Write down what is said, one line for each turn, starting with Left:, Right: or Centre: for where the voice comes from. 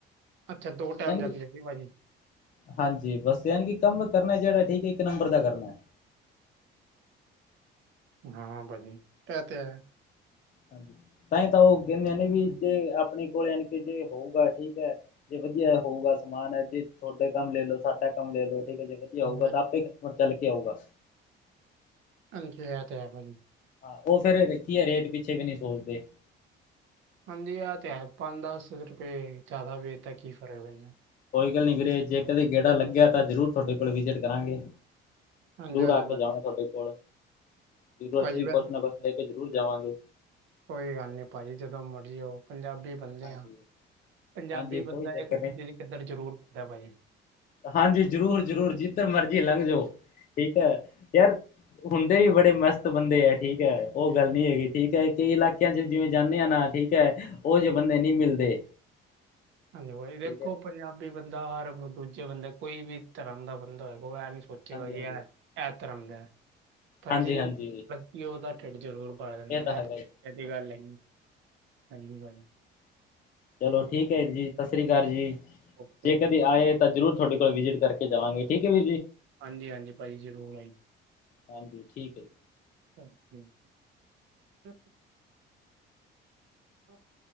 Right: ਅੱਛਾ, ਦੋ ਟਾਈਮ
Left: ਯਾਨੀ
Right: <unintelligible> ਜਾਂਦੀਆਂ
Left: ਕਿ
Right: ਸੀ। ਭਾਜੀ।
Left: ਹਾਂਜੀ! ਬੱਸ ਯਾਨੀ ਕਿ ਕੰਮ ਕਰਨਾ, ਜਿਹੜਾ ਠੀਕ ਹੈ ਇੱਕ ਨੰਬਰ ਦਾ ਕਰਨਾ।
Right: ਹਾਂ, ਹਾਂ ਭਾਜੀ ਐ ਤੇ ਹੈ।
Left: ਹਾਂਜੀ ਤਾਂਹੀ ਓ ਕੈਂਦੇ ਨੇ ਵੀ ਜੇ ਆਪਣੇ ਕੋਲ ਯਾਂਣੀ ਕਿ ਜੇ ਹੋਊਗਾ ਠੀਕ ਐ। ਜੇ ਵਧੀਆ ਹੋਊਗਾ ਸਮਾਨ ਹੈ ਜੇ ਤੁਹਾਡੇ ਕੰਮ ਲੈ ਲੋ ਸਾਡਾ ਕੰਮ ਲੈ ਲਓ ਠੀਕ ਏ ਜੇ ਜੇ ਆਊਗਾ
Right: ਹਾਂਜੀ
Left: ਤਾਂ, ਆਪੇ ਕਿਸਮਤ ਚ ਚੱਲ ਕੇ ਆਊਗਾ
Right: ਹਾਂਜੀ ਇਹ ਤੇ ਹੈ ਪਾਜੀ
Left: ਹਾਂ, ਉਹ ਫਿਰ ਕੀ ਹੈ, ਰੇਟ ਪਿੱਛੇ ਵੀ ਨਈ ਸੋਚਦੇ
Right: ਹਾਂਜੀ ਆਹ ਤੇ ਹੈ ਪੰਜ ਦਸ ਰੁਪਏ ਜਾਦਾ ਵੇਤਾ ਕੀ ਫਰਕ ਪੈਂਦਾ।
Left: ਕੋਈ ਗੱਲ ਨਈ ਵੀਰੇ, ਜੇ ਇਕ ਗੇੜਾ ਲੱਗਿਆ ਤਾਂ, ਜ਼ਰੂਰ ਤੁਹਾਡੇ ਕੋਲ ਵਿਜਿਟ ਕਰਾਂਗੇ
Right: ਹਾਂਜੀ
Left: ਜ਼ਰੂਰ
Right: ਹਾਂਜੀ
Left: ਆ ਕੇ
Right: ਭਾਜੀ
Left: ਜਾਵਾਂਗੇ ਤੁਹਾਡੇ ਕੋਲ ਜ਼ਰੂਰ
Right: ਭਾਜੀ
Left: ਅਸੀਂ
Right: ਵੈਸੇ
Left: ਕੁਛ ਨਾ ਕੁਛ ਲੈ ਕੇ ਜ਼ਰੂਰ ਜਾਵਾਂਗੇ।
Right: ਕੋਈ ਗੱਲ ਨਈ ਪਾਜੀ ਜਦੋਂ ਮਰਜੀ ਆਓ ਪੰਜਾਬੀ ਕਲੇ
Left: ਹਾਂਜੀ
Right: ਹਾਂ, ਪੰਜਾਬੀ
Left: ਹਾਂਜੀ ਕੋਈ
Right: ਬੰਦਾ
Left: ਚੱਕਰ
Right: ਇੱਕ ਦੂਜੇ
Left: ਨਹੀਂ
Right: ਦੀ ਕਦਰ ਜ਼ਰੂਰ ਕਰਦਾ, ਬਾਈ
Left: ਹਾਂਜੀ, ਜ਼ਰੂਰ- ਜ਼ਰੂਰ ਜਿੱਧਰ ਮਰਜ਼ੀ ਲੰਘ ਜਓ ਠੀਕ ਹੈ, ਯਾਰ ਹੁੰਦੇ ਵੀ ਬੜੇ ਮਸਤ ਬੰਦੇ ਹੈ ਠੀਕ ਹੈ, ਉਹ ਗੱਲ ਨੀ ਹੈਗੀ। ਠੀਕ ਹੈ, ਕਈ ਇਲਾਕੇ ਜੇ ਜਿਵੇਂ ਜਾਂਦੇ ਹ ਨਾ ਠੀਕ ਹੈ ਉਹ ਜਿਹੇ ਬੰਦੇ ਨਹੀਂ ਮਿਲਦੇ।
Right: ਹਾਂਜੀ, ਭਾਈ ਦੇਖੋ
Left: ਠੀਕ ਹੈ
Right: ਪੰਜਾਬੀ ਬੰਦਾ ਹਰ ਦੂਜੇ ਬੰਦੇ ਕੋਈ ਵੀ ਧਰਮ ਦਾ ਬੰਦਾ ਹੋਏਗਾ ਐ ਨੀ ਸੋਚ
Left: ਹਾਂਜੀ
Right: ਗਾ ਇਹ
Left: ਹਾਂਜੀ
Right: ਧਰਮ ਦਾ ਭਾਜੀਿਨੂੰ
Left: ਹਾਂਜੀ ਹਾਂਜੀ
Right: <unintelligible> ਕਿ ਉਹਦਾ ਢਿੱਡ ਜ਼ਰੂਰ ਭਰ ਦਿੰਦਾ
Left: ਇਹ ਤਾਂ ਹੈਗਾ
Right: ਐ।
Left: ਹੀ।
Right: ਐਸੀ ਗੱਲ ਹੈ, ਹਾਂਜੀ ਭ
Left: ਚਲੋ ਠੀਕ ਹੈ ਜੀ। ਸਤਿ ਸ੍ਰੀ ਅਕਾਲ ਜੀ,
Right: ਓਕੇ
Left: ਜੇ
Right: ਓਕੇ
Left: ਕਦੇ ਆਏ ਤਾਂ ਜ਼ਰੂਰ ਤੁਹਾਡੇ ਕੋਲ ਵਿਜਿਟ ਕਰਕੇ ਜਾਵਾਂਗੇ ਠੀਕ ਵੀ।
Right: ਹਾਂਜੀ, ਹਾਂਜੀ ਭਾਈ ਜ਼ਰੂਰ ਆਈ।
Left: ਹਾਂਜੀ, ਠੀਕ ਹੈ ਜੀ।
Right: ਹ ਹਾਂ <unintelligible>